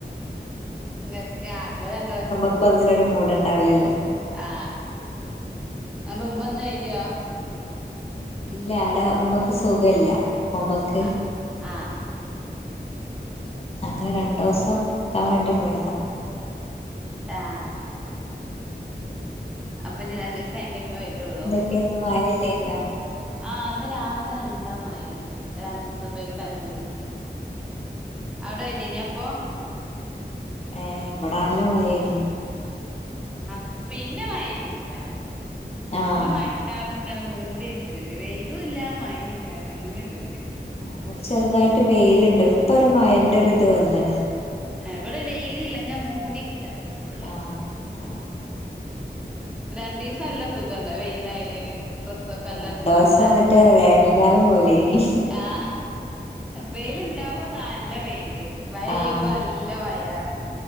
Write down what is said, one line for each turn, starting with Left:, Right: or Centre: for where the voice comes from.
Centre: ങ്ങ അങ്ങ രണ്ടളും ഒറ്റക്
Left: പ്പന്നിനും ഒരു മൂഡ് ണ്ടാവില്ലല്ലോ
Centre: ആ ങ്ങട്ട് ഉമ്മ ഒന്ന് വരിയോ
Left: ഇല്ല അടെ മ്മക്ക് സുഖല്ല മ്മമ്മക്ക്
Centre: ആഹ്
Left: അങ്ങനെ രണ്ടുസം ക്കാൻ വേണ്ടി പോയതാ
Centre: ആഹ് അപ്പൊ ഞ്ഞ് രണ്ടിസം എയ്ന്ട്ടേ മ്മ വരൊഒള്ളൂ
Left: <unintelligible> മഴല്ലേനിയോ
Centre: ആ ന്ന് രാവിലെ എല്ല മഴത് ഒര അഞ് സുബയ്ക്ക് കഞ്ചനിക്ക് അവിടെ പെയ്തിയേനൊ അപ്പൊ?
Left: ഏ ബടല്ല മഴയേനി
Centre: ആ പിന്നെ മയേതിയില്ല
Left: ആഹ്
Centre: പിന്നെ മയ കറിങ്ങനെ മൂടി നക്കണ്ട് വെയിലും ഇല്ല മൈ ഇല്ല അങ്ങനെൊരി ഇതില്.
Left: അവിടെ ചെറുതായിട്ട് വെയിലുണ്ട് ഇപ്പൊ ഒരു മയന്റെ ഒ ഇത് വന്നിന്
Centre: ഇവിടെ വെയിലല്ല ഞാൻ മൂടിക്ക അന്ന് ഫുള്ള്
Left: ആഹ ആഹ
Centre: രണ്ട ദിവസം അല്ല സുഖണ്ട വെയിലായിന് ഡ്രെസ്സൊക്കെ എല്ലതി
Left: രണ്ടോസം
Centre: ഉണങ്ങാനൊക്കട്ട
Left: മറ്റേ വേനൽക്കാലം പോലേനി
Centre: ആഹ വെൽണ്ടാവുബോ നല്ല വെയില് മഴ യ്യയ്യുമ്പോ
Left: ആഹ്
Centre: നല്ല മഴന്ന്